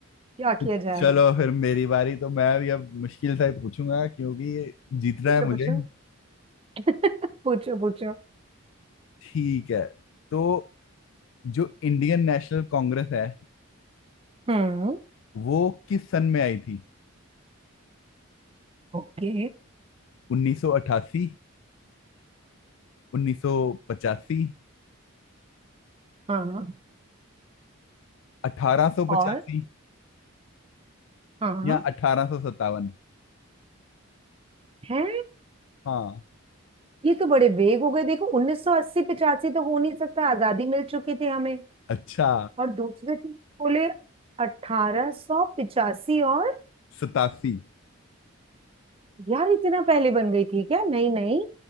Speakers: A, on the right; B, on the left.
A: क्या किया
B: तो
A: जाए
B: चलो फिर मेरी बारी तो मैं भी अब मुश्किल से ही पूछूंगा क्योंकि जीतना
A: पूछो
B: है मुझे
A: पूछो <laughs> पूछो पूछो
B: ठीक है तो जो इंडियन नेशनल कांग्रेस है
A: हम्म
B: वो किस सन में आई थी
A: ओके
B: 1988 1985
A: हाँ
B: 1885
A: और हाँ
B: या अठारह सौ सत्तावन
A: है
B: हाँ
A: ये तो बड़े वेग हो गए देखो 1980 85 तो हो नहीं सकता आजादी मिल चुकी थी हमें
B: अच्छा
A: और दूसरे थे बोले 1885 और
B: सतासी
A: यार इतना पहले बन गई थी क्या नहीं नहीं